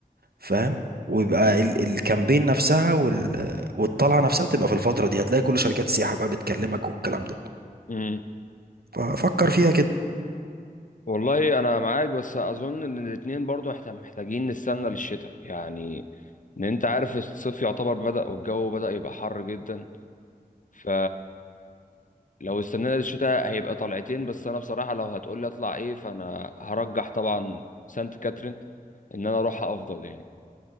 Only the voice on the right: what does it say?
فاهم ويبقى ال- الكامبين نفسها وال... والطلعه نفسها بتبقى في الفتره دي هتلاقي كل شركات السياحه بقى بتكلمك والكلام ده
ففكر فيها كده